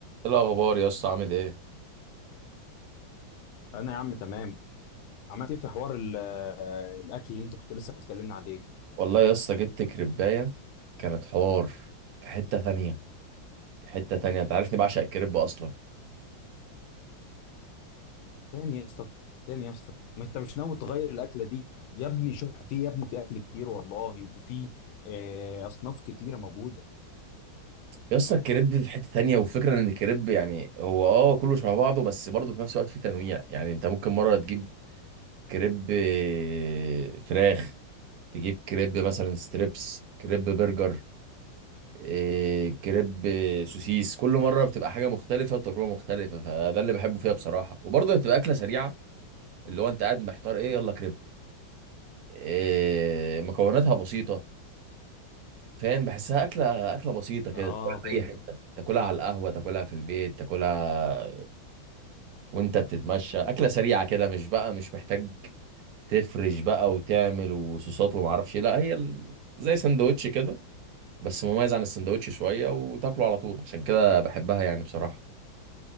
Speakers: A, on the right; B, on the left.
A: ايه الاخبار يا اسطى عامل ايه
B: انا يا عم تمام عملت ايه في حوار ال- الاكل اللي انت كنت لسه بتكلمنا عليه
A: والله يا اسطى جبت كريبايه كانت حوار في حته تانية في حته تانية انت عارفني بعشق الكريب اصلا
B: تاني يا اسطى تاني يا اسطى ما انت مش ناوي تغير الاكله دي يا ابني شوف في يا ابني في اكل كتير والله وفي آه، اصناف كتيره موجوده
A: يا اسطى الكريب في حته تانية والفكره ان الكريب يعني هو اه كله شبه بعضه بس برضه في نفس الوقت في تنويع يعني انت ممكن مره تجيب كريب آه، فراخ تجيب كريب مثلا ستريبس كريب برجر إيه، كريب آه، سوسيس كل مره بتبقى حاجه مختلفه وتجربه مختلفه فده اللي بحبه فيها بصراحه وبرضه بتبقى اكله سريعه اللي هو انت قاعد محتار ايه يلا كريب إيه، مكوناتها بسيطه فاهم بحسها اكله اكله بسيطه كده
B: اه
A: تاكلها في
B: فهمتك
A: اي حته تاكلها على القهوه تاكلها في البيت تاكلها وانت بتتمشى اكله سريعه كده مش بقى مش محتاج تفرش بقى وتعمل وصوصات وما اعرفش إيه. لا هي ال- زي سندوتش كده بس مميز عن السندوتش شويه وتاكله على طول عشان كده بحبها يعني بصراحه